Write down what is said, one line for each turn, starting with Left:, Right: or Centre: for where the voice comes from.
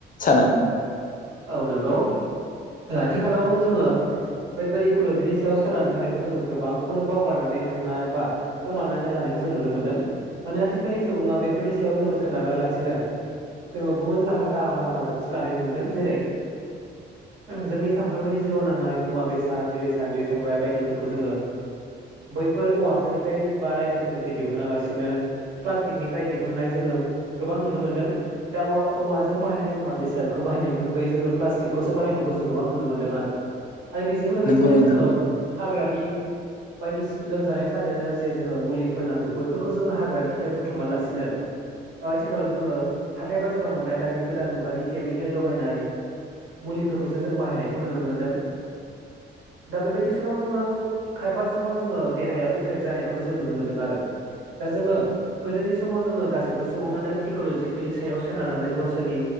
Left: सानो?
Right: औ नंगौ आथिखालाव जोङो बैफोर इक'ल'जिनि सायाव सोनानै थानायखौ जोङो गोबांखौनो बावगारनानै थांनाय बा गोमानानै लानायखौ जों नुनो मोनदों माने आथिखालनि सुबुङा बेफोरनि सायाव जोङो सोनारालासिनो जोङो गुबुन राहा लामालाखौसो लानाय नु मोनदों। जेरै जोंनि सानफ्रोमबोनि जिउ नांनाय मुवा बेसाद जेरै सान्द्रि संग्राय बायदिफोरखौ जोङो बैफोर औवाफोरनिफ्राय बा रायदोंफोरनिफ्राय दिहुना लासिनो प्लास्टिकनिफ्राय दिहुननाय जोङो गोबां नुनो मोनदों दा औवाजों बाहायनाय मुवा बेसाद बाहायनायनि अनगायै जोङो प्लास्टिकखौसो बाहायनायखौ जों गोबां नुनो मोन्दों आरो। आरो बेजों लोगोसेनो
Left: नंगौ नोंथां
Right: जोङो हाग्रानि बायदिसि लोमजानाय साजानायाव जे जोङो मुलिफोर नांगौ बेैफोरखौ जोङो हाग्रानिफ्राय बुथुमालासिनो आथिखालाव जोङो हाथाय बाजाराव मोननाय दानि गोदान मुगानि केमिकेल लगायनाय मुलिफोरखौसो जों बाहायनायखौ नुनो मोन्दों दा बेबायदि समाव जोङो खायफा समाव जोङो देहायाव एफेक्ट जानायखौबो जों नुनो मोनदों आरो दा जोङो गोदोनि समाव जोङो गासैबो सुबुङानो इक'लजिकेलनि सायाव सोनारनानै गावसोरनि